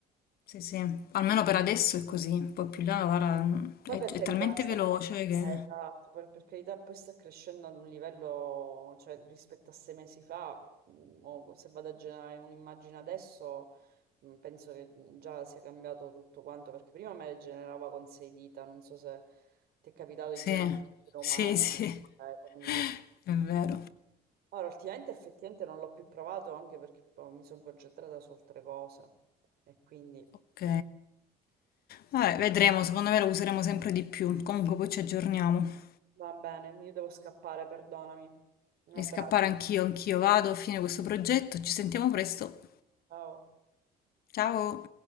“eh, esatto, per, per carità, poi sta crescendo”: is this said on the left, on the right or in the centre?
Right